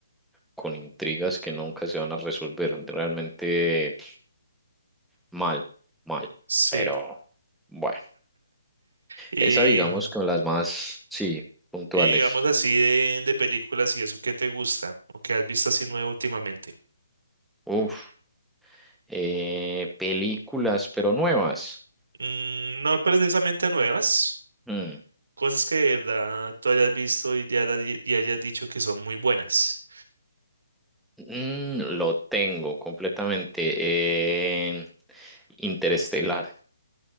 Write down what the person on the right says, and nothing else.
Sí.
Y,
y digamos así de, de películas y eso, ¿qué te gusta o qué has visto así nuevo últimamente?
Mm, no precisamente nuevas,
cosas que de verdad tú hayas visto y, ya la di- y hayas dicho que son muy buenas.